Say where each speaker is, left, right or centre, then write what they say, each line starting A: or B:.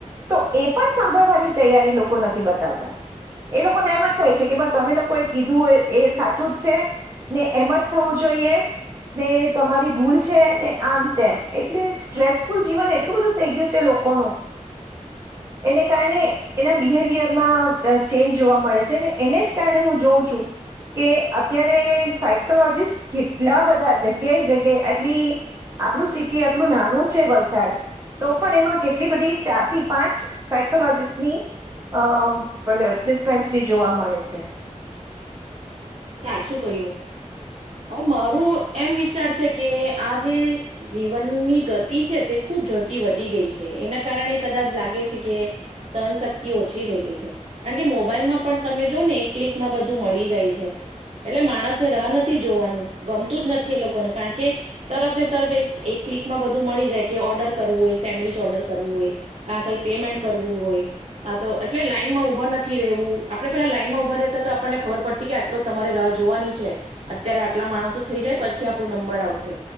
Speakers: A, on the right; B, on the right.
A: તો એ પણ સાંભળવાની તૈયારી લોકો નથી બતાવતા એ લોકોને એમ જ થાય છે કે બસ સમય લોકો એ કીધું હોય એ સાચું જ છે ને એમ જ થવું જોઈએ. ને તમારી ભૂલ છે ને આમ તેમ એટલે સ્ટ્રેસફુલ જીવન એટલું બધું થઈ ગયું છે લોકોનું <inaudible> એને કારણે એના બિહેવિયરમાં ચેન્જ જોવા મળે છે ને એને જ ગીતા ને હું જોઉં છું. કે અત્યારે સાયકોલોજીિસ્ટ કેટલા બધા જગ્યાએ જગ્યાએ એટલી આપણું સિટી આટલું નાનું છે વલસાડ તો પણ એમાં કેટલી બધી ચાર થી પાંચ સાયકોલોજીસ્ટની, અ પેલે ડિસ્પેન્સરી જોવા મળે છે.
B: સાચું કયું, હુ મારું એમ વિચાર છે કે આ જે જીવનની ગતિ છે, તે ખૂબ ઝડપી વધી ગઈ છે, એના કારણે કદાચ લાગે છે કે, સહનશક્તિ ઓછી રઈ ગઈ છે. કારણ કે મોબાઈલમાં પણ તમે જો ને એક ક્લિક માં બધું મળી જાય છે. એટલે માણસ ને રાહ નથી જોવાનું, ગમતું જ નથી એ લોકોને કારણ કે, તરત ને તરત એક ક્લિકમાં બધું મળી જાય, કે ઓર્ડર કરવું હોય, સેન્ડવીિચ ઓર્ડર કરવું હોય, કા કઈ પેમેન્ટ કરવું હોય. કા તો એટલે લાઈનમાં ઉભા નથી રહેવું આપણે પેલા લાઈન માં ઊભા રહેતા તો આપણને ખબર પડતી કે આટલો, તમારે રાહ જોવાની છે, અત્યારે આટલા માણસો થઈ જાય, પછી આપણું નંબર આવશે.